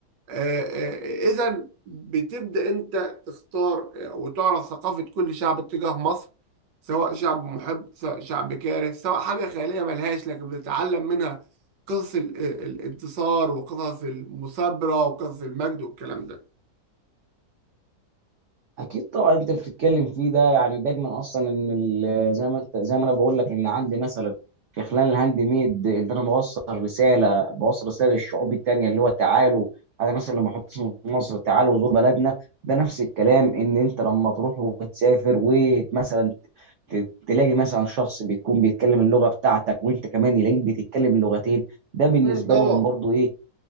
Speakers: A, on the right (about 80°); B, on the right (about 65°).
A: آه، آه، اذا بتبدا انت تختار آه، وتعرف ثقافه كل شعب تجاه مصر سواء شعب محب سواء شعب كاره سواء حاجه خياليه ملهاش لكن بتتعلم منها قصص ال- ال- الانتصار وقصص المثابره وقصص المجد والكلام ده
B: اكيد طبعا انت بتتكلم فيه ده يعني دايما اصلا ان ال- زي ما انت زي ما انا بقول لك ان عندي مثلا في خلال الهاند ميد ان انا بوصل رساله بوصل رساله للشعوب التانيه اللي هو تعالوا انا مثلا لما احط اسم مصر تعالوا زور بلدنا ده نفس الكلام ان انت لما تروح وتسافر ومثلا ت- تلاقي مثلا شخص بيكون بيتكلم اللغه بتاعتك وانت كمان يلاقيك بتتكلم اللغتين ده بالنسبه
A: مم، طبعا
B: لهم برضو ايه